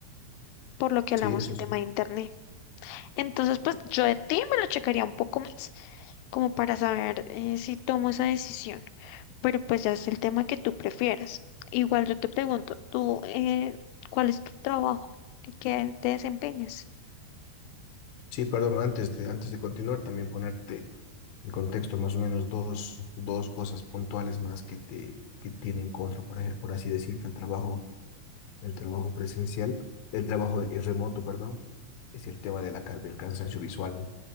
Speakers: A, on the left; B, on the left.
A: por lo que hablamos
B: Sí, eso
A: el
B: sí.
A: tema de internet. Entonces, pues yo de ti me lo checaría un poco más, como para saber eh, si tomo esa decisión. Pero pues ya es el tema que tú prefieras. Igual yo te pregunto, ¿tú eh, cuál es tu trabajo? ¿En ¿Qué te desempeñas?
B: Sí, perdón, antes de, antes de continuar, también ponerte en contexto más o menos dos, dos cosas puntuales más que te que tienen contra, por, ej- por así decirte, el trabajo El trabajo presencial, el trabajo de- remoto, perdón, es el tema de la, ca- del cansancio visual,